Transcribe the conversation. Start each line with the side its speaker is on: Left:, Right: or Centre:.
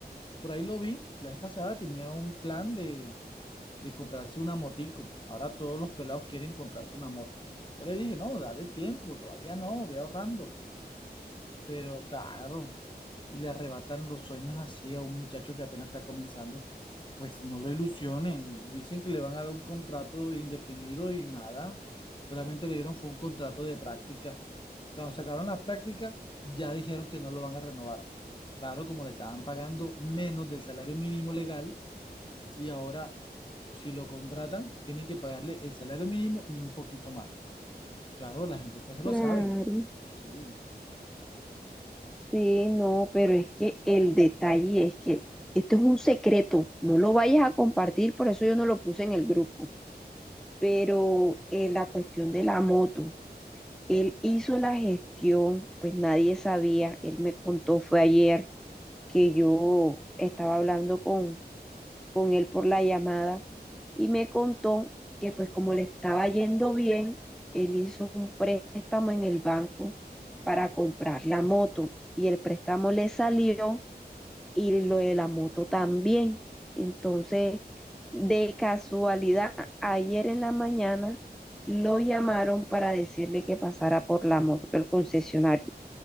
Left: por ahí lo vi, la vez pasada tenía un plan de, de comprarse una motico, ahora todos los pelados quieren comprarse una moto. Yo le dije, no, dale tiempo, todavía no, ve ahorrando. Pero claro, y le arrebatan los sueños así a un muchacho que apenas está comenzando, pues no lo ilusionen. Dicen que le van a dar un contrato indefinido y nada. Solamente le dieron fue un contrato de práctica. Cuando sacaron las prácticas, ya dijeron que no lo van a renovar. Claro, como le estaban pagando menos del salario mínimo legal y ahora si lo contratan, tienen que pagarle el salario mínimo y un poquito más. Claro, las empresas se lo
Centre: Claro.
Left: saben. Sí.
Centre: Sí, no, pero es que el detalle es que esto es un secreto, no lo vayas a compartir, por eso yo no lo puse en el grupo. Pero eh, la cuestión de la moto, él hizo la gestión, pues nadie sabía, él me contó, fue ayer que yo estaba hablando con, con él por la llamada. y me contó que pues como le estaba yendo bien, él hizo un préstamo en el banco para comprar la moto y el préstamo le salió y lo de la moto también. Entonces, de casualidad, ayer en la mañana lo llamaron para decirle que pasara por la moto el concesionario.